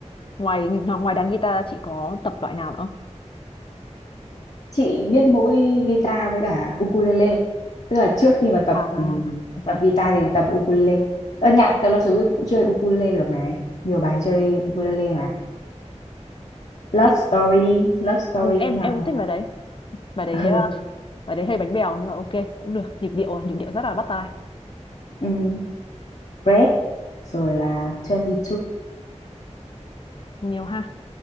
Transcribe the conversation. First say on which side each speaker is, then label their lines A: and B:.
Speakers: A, on the left; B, on the left.
A: ngoài ngoài đàn guitar chị có tập loại nào nữa không?
B: chị biết mỗi guitar với cả ukulele tức là trước khi mà tập
A: à
B: ừm,
A: vâng
B: tập guitar thì tập ukulele ở nhạc Taylor Swift cũng chơi ukulele được này nhiều bài chơi ukulele mà Love
A: chị
B: Story Love Story
A: ừ, em
B: hoặc
A: em cũng
B: là
A: thích bài đấy bài đấy
B: ừ,
A: ờ, bài đấy hơi bánh bèo nhưng mà ok cũng được nhịp điệu nhịp điệu rất là bắt tai
B: ừm, Red rồi là 22
A: nhiều ha